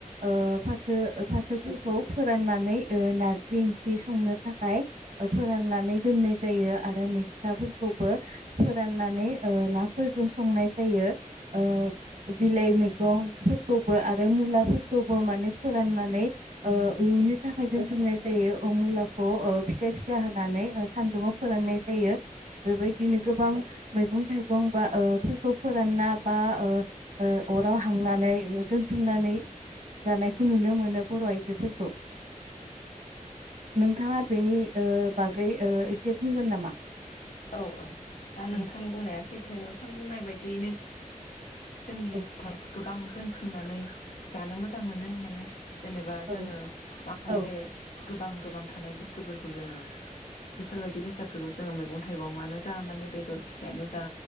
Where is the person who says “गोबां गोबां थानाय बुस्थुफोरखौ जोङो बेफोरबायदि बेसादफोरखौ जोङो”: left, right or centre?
Left